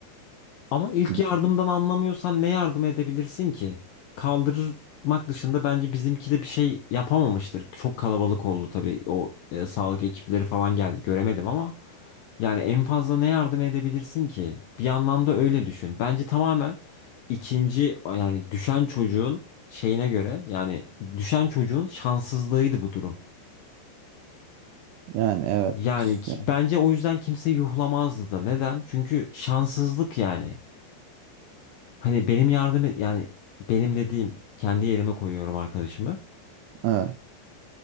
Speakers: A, on the left (about 75°); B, on the right (about 80°).
A: Ama ilk
B: Bu
A: yardımdan
B: şey.
A: anlamıyorsan ne yardım edebilirsin ki? Kaldırmak dışında bence bizimki de bir şey yapamamıştır. Çok kalabalık oldu tabii. O e, sağlık ekipleri falan geldi. Göremedim ama yani en fazla ne yardım edebilirsin ki? Bir yandan da öyle düşün. Bence tamamen ikinci yani düşen çocuğun şeyine göre yani düşen çocuğun şanssızlığıydı bu durum.
B: Yani evet.
A: Yani ki-
B: Yani,
A: bence o yüzden kimse yuhlamazdı da. Neden? Çünkü şanssızlık yani. Hani benim yardım e, yani benim dediğim kendi yerime koyuyorum arkadaşımı.
B: evet.